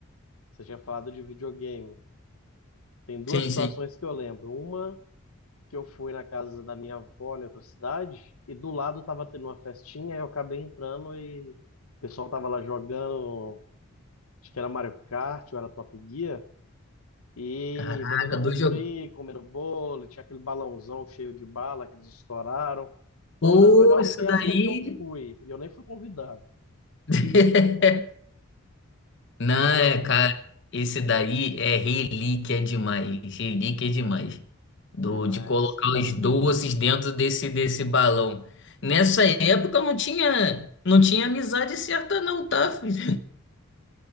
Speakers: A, on the left; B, on the left.
A: Você tinha falado de videogame. Tem duas
B: Sim,
A: situações
B: sim.
A: que eu lembro. Uma, que eu fui na casa da minha avó em outra cidade, e do lado tava tendo uma festinha, e eu acabei entrando e o pessoal tava lá jogando, acho que era Mario Kart, ou era Top Gear, e
B: Caraca,
A: bebendo um
B: dois
A: refri, comendo bolo, e tinha aquele balãozão cheio de bala que eles estouraram. Foi
B: Pô,
A: uma das melhores
B: isso
A: festas
B: daí.
A: que eu fui, e eu nem fui convidado.
B: <laughs> Não,
A: E
B: é,
A: eu...
B: cara, esse daí é relíquia demais, relíquia demais. Do,
A: Demais,
B: de colocar
A: cara.
B: os doces dentro desse, desse balão. Nessa época não tinha, não tinha amizade certa não, tá, filho?